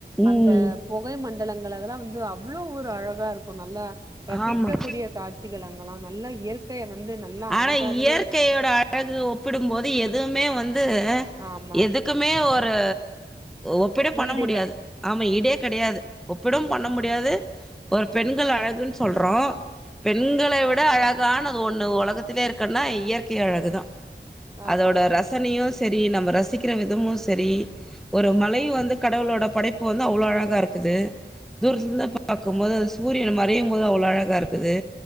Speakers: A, in the centre; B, on the right.
A: ம்
B: அந்த பொகை மண் மண்டலங்கள் அதெல்லா வந்து அவ்ளோ ஒரு அழகா இருக்கு நல்லா ரசிக்கக்க
A: ஆமா
B: கூடிய காட்சி கிலங்ளா நல்லா இயற்கைய வந்து நல்லா அழகாகவே
A: அட இயற்கையோட அழகு ஒப்பிடும்போது எதுமே வ ந்து
B: ஆமா
A: எதுக்குமே ஒரு ஒப் விட பண்ண
B: ஈடு
A: முடியாது
B: இல்ல
A: அ நம்ம ஈடே கெடையாது ஒப்பிடும்
B: ஆமா
A: பண்ண முடியாது ஒரு பெண்கள் அழகுன் சொல்றோ பெண்களை விட அழகானது ஒண்ணு ஒலகத் திலே இருக்கன்னா இயற்கை அழகுதா
B: ஆமா
A: அதோட
B: ஆமா
A: ரசனையு செரி நம்ம ரசிக்கிற விதமு ஸ் செரி ஒரு மலை வந்து கடவுளோட படைப்பு வந்து அவ்ளோ அழகாருக்குது தூரத்துலந்த பாக்கும்போது அது சூரியன மறையும் போது அவ்ளோ அழகாகருக்குது